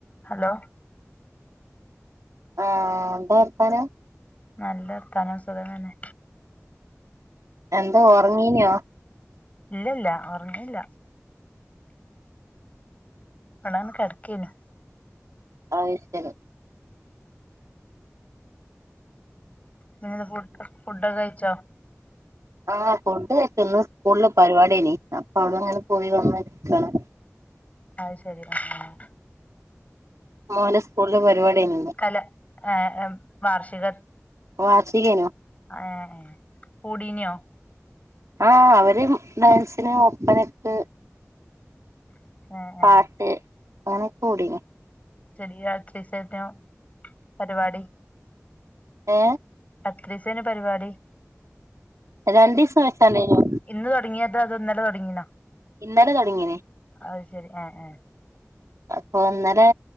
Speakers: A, on the left; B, on the right.
A: ഹലോ
B: ആഹ് എന്താർത്താനം
A: നല്ല വർത്താനം സുഖം തന്നെ
B: എന്താ ഒർങ്ങീനോ
A: ഇല്ല ഇല്ല ഒർങ്ങീല്ല ഇവ്ടന്ന് കെടക്കേനു
B: അയ് ശരി
A: പിന്നെത് ഫുഡ് ഫുഡൊക്കെ കഴിച്ചോ
B: ആഹ് ഫുഡ്‌ കയ്ച്ചു ഇന്ന് സ്കൂൾല് പരിപാടി അയിനി അപ്പൊ അവടെ ങ്ങനെ പോയി വന്നിരിക്കാണ്
A: അയ്ശരി ആഹ്
B: മോന്റെ സ്കൂളില് പരിപാടി ആയ്നുന്ന്
A: കല ഏഹ് വാർഷിക
B: വാഷികേനു
A: ഏഹ് കൂടീനോ
B: ആഹ് അവരും ഡാൻസിന് ഒപ്പനക്ക്
A: ഏഹ്
B: പാട്ട്
A: ഏഹ്
B: അയിനൊക്കെ കൂടീനു
A: ചെറിയ <unintelligible> പരിപാടി
B: ഏ
A: എത്രീസേനു പരിവാടി
B: രണ്ടീസം വെച്ചാണ്ടേയനു
A: ഇന്ന് തൊട്ങ്യേതാ അതൊ ന്നലെ തൊടങ്ങീനോ
B: ഇന്നലെ തൊടങ്ങിന്
A: അത് ശരി ഏഹ് ഏഹ്
B: അപ്പൊ ഇന്നലെ